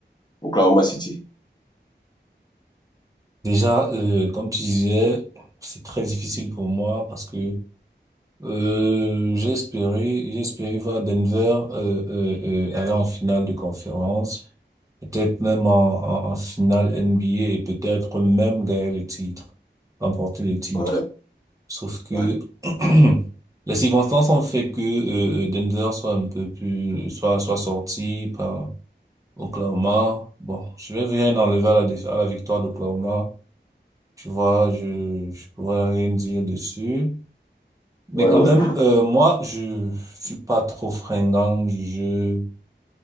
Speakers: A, on the left; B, on the right.
A: Oklahoma City?
B: Déjà, euh, comme tu disais, c'est très difficile pour moi parce que euh, j'ai espéré, j'ai espéré voir Denver euh, euh, euh, aller en finale de conférence, peut-être même en, en, en finale NBA et peut-être même gagner le titre, remporter le titre.
A: Ouais,
B: Sauf que
A: ouais,
B: <clears throat> les circonstances ont fait que euh, euh, Denver soit un peu plus, soit soit sorti par Oklahoma. Bon, je vais venir enlever à la, déf- à la victoire d'Oklahoma. Tu vois, je, je pourrais rien dire dessus. Mais
A: ouais,
B: quand
A: ouais.
B: même, euh, moi, je suis pas trop fringant du jeu